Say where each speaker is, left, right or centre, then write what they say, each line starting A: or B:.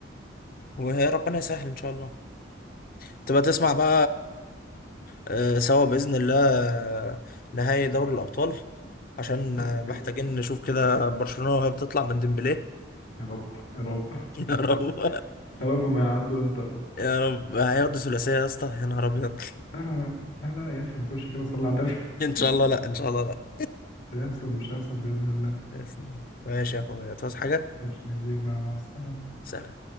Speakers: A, on the left; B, on the left.
A: وربنا يسهل ان شاء الله تبقى تسمع بقى آه، سوا باذن الله آه، نهائي دوري الابطال عشان
B: ده
A: آه،
B: كده
A: محتاجين
B: كده.
A: نشوف كده برشلونه وهي بتطلع من ديمبلي
B: يا رب يا رب
A: <laughs> يا رب
B: <laughs> يا رب ما يعدوا انتر أصلا
A: يا رب هياخدوا ثلاثية يا اسطى يا نهار أبيض
B: لا لا لا لا لا يا أخي ما تقولش كده صلي على النبي
A: <laughs>
B: <laughs>
A: إن شاء الله لأ إن شاء الله لأ
B: مش هيحصل مش هيحصل بإذن الله
A: <laughs> ماشي يا أخويا تعوز حاجة؟
B: ماشي يا كبير لا مع السلامة
A: سلام